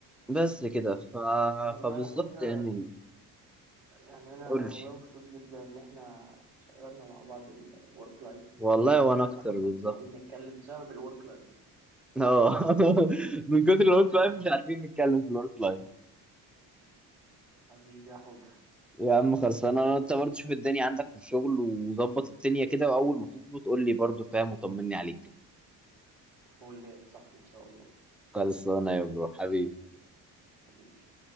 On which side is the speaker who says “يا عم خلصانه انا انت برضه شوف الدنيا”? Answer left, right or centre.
Centre